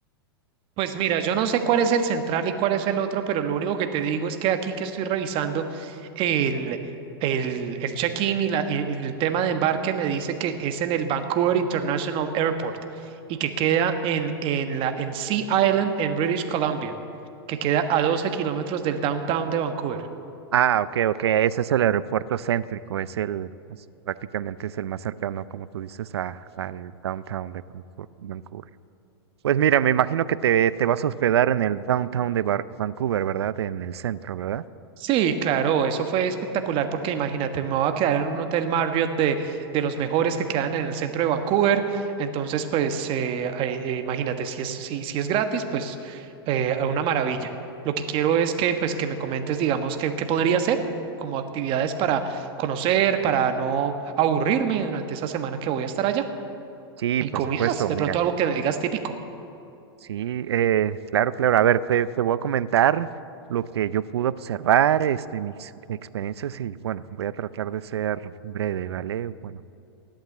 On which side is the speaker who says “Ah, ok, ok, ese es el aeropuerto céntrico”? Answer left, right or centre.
Right